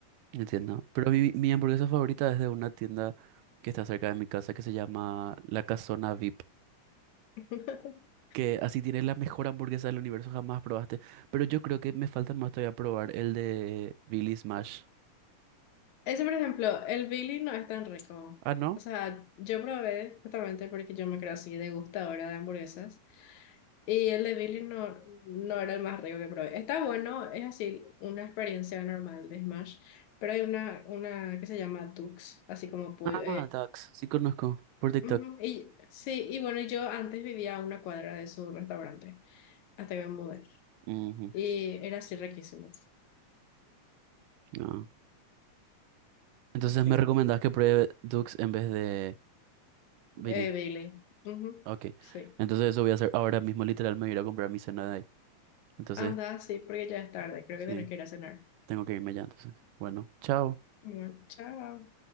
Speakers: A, on the right; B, on the left.
A: entiendo. Pero mi, mi hamburguesa favorita es de una tienda que está cerca de mi casa que se llama La Casona VIP.
B: <laughs>
A: Que así tiene la mejor hamburguesa del universo, jamás probaste. Pero yo creo que me faltan más todavía probar el de Billy Smash.
B: Ese, por ejemplo, el Billy no es tan rico.
A: Ah, ¿no?
B: O sea, yo probé justamente porque yo me creo así degustadora de hamburguesas. Y el de Billy no, no era el más rico que probé. Está bueno, es así, una experiencia normal de Smash. Pero hay una, una que se llama Tux, así como pollo,
A: Ah, Dux. Sí conozco. Por TikTok.
B: Ujú, Y sí, y bueno, yo antes vivía a una cuadra de su restaurante, hasta que me mudé.
A: Ujú,
B: Y era así riquísimo.
A: ah. Entonces
B: Sí,
A: me recomendás que pruebe Dux en vez de Billy.
B: eh, Billy. Ujú,
A: Ok.
B: Sí,
A: Entonces eso voy a hacer ahora mismo, literal, me voy a ir a comprar mi cena de ahí. Entonces,
B: anda, sí, porque ya es tarde, creo
A: sí,
B: que tienes que ir a cenar.
A: tengo que irme ya entonces. Bueno, chao.
B: Bueno, chao.